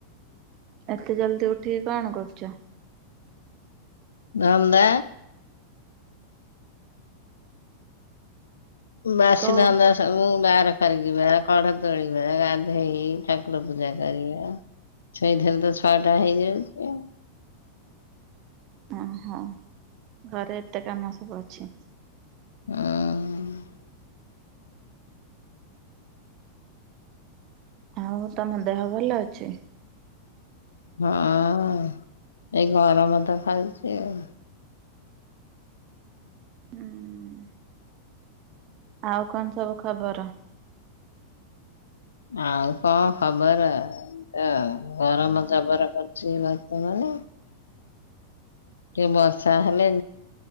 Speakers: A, on the right; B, on the left.
A: ଏତେ ଜଲ୍ଦି ଉଠିକି କଣ କରୁଛ?
B: ଧନ୍ଦା। ମାଆ ଆସିଥାନ୍ତା।
A: କଉ
B: ସବୁ ବାହାର କରି ଯିବା କଢ ତୋଳିବା ଗାଧେଇ ଠାକୁର ପୂଜା କରିବା। ସେଇଥିରେତ ଛଅଟା ହେଇଯାଉଚି।
A: ଓହୋ ଘରେ ଏତେ କାମ ସବୁ ଅଛି।
B: ଆଉ
A: ଆଉ ତମ ଦେହ ଭଲ ଅଛି?
B: ହଁ ଏଇ ଗରମ ତ ଖାଉଛି ଆଉ।
A: ହୁଁ ଆଉ କଣ ସବୁ ଖବର?
B: ଆଉ କଣ ଖବର। ଅ ଗରମ ଜବର କରୁଛି ବର୍ତମାନେ। ସେ ବର୍ଷା ହେଲେ